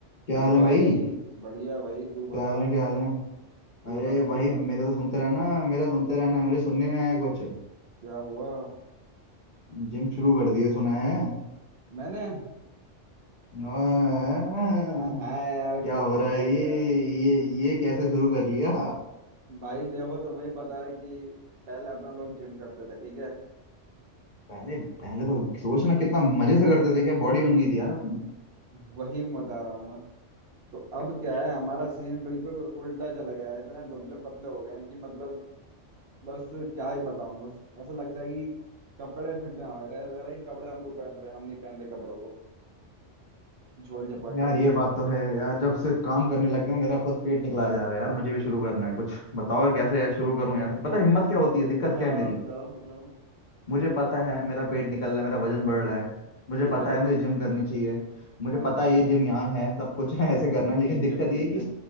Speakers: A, on the left (about 40°); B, on the right (about 55°).
A: क्या
B: Hello
A: हाल
B: भाई
A: है भाई
B: बढ़िया भाई तू
A: क्या
B: बता
A: हाल है क्या हाल है
B: तू
A: अरे
B: बता तू
A: भाई
B: बता
A: मेरा तो सुनते रहना मेरा सुनते रहना मुझे सुनने में आया कुछ
B: क्या हुआ
A: जिम शुरू कर दिया सुना है
B: मैंने
A: आह,
B: हाँ यार
A: क्या
B: कर
A: हो
B: दी
A: रहा
B: थी
A: है ये
B: यार
A: ये ये कैसे शुरू कर लिया
B: भाई देखो तुम्हें ही पता है कि पहले अपना लोग जिम करते थे ठीक है
A: पहले पहले तो सोचना कितना मजे से करते थे क्या बॉडी बन गई थी यार अपनी
B: वही मैं बता रहा हूँ मैं तो अब क्या है हमारा सीन बिल्कुल उल्टा चला गया है इतने दुबले पतले हो गए हैं कि मतलब बस क्या ही बताऊं बस ऐसा लगता है कि कपड़े फिट ना हो रहे हैं। लग रहा है कि कपड़े हमको पहन रहे हैं हम नहीं पहन रहे कपड़ों को झोल झपाटे
A: यार ये बात तो है यार जब से काम करने लग गया हूं मेरा खुद पेट निकला जा रहा है यार मुझे भी शुरू करना है कुछ बताओ यार, कैसे यार शुरू करूं यार बता हिम्मत क्या होती है दिक्कत
B: हाँ
A: क्या है मेरी
B: बताओ बताओ
A: मुझे पता है मेरा पेट निकल रहा है मेरा वजन बढ़ रहा है मुझे
B: ठीक
A: पता
B: है
A: है मुझे जिम करनी चाहिए मुझे
B: हाँ
A: पता है ये जिम यहाँ है सब कुछ है <laughs> ऐसे करना है लेकिन
B: ठीक
A: दिक्कत
B: है ठीक
A: ये है कि
B: है